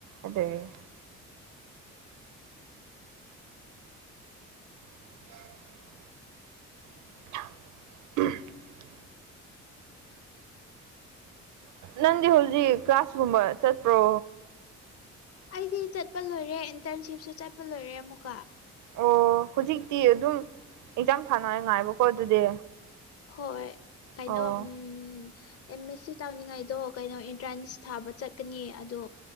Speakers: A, on the right; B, on the left.
A: ꯑꯗꯨꯒꯤ <inaudible> <unintelligible> ꯅꯪꯗꯤ ꯍꯧꯖꯤꯛ ꯀ꯭ꯂꯥꯁꯀꯨꯝꯕ ꯆꯠꯄ꯭ꯔꯣ
B: ꯑꯩꯗꯤ ꯆꯠꯄ ꯂꯣꯏꯔꯦ ꯏꯟꯇꯔꯟꯁꯤꯞꯁꯨ ꯆꯠꯄ ꯂꯣꯏꯔꯦ ꯑꯃꯨꯛꯀ
A: ꯑꯣ ꯍꯧꯖꯤꯛꯇꯤ ꯑꯗꯨꯝ ꯑꯦꯛꯖꯥꯝ ꯊꯥꯅ ꯉꯥꯏꯕꯀꯣ ꯑꯗꯨꯗꯤ
B: ꯍꯣꯏ ꯀꯩꯅꯣ
A: ꯑꯣ
B: ꯎꯝ ꯑꯦꯝ ꯑꯦꯁ ꯁꯤ ꯇꯧꯅꯤꯡꯉꯥꯏꯗꯣ ꯀꯩꯅꯣ ꯑꯦꯟꯇ꯭ꯔꯥꯟꯁ ꯊꯥꯕ ꯆꯠꯀꯅꯤ ꯑꯗꯣ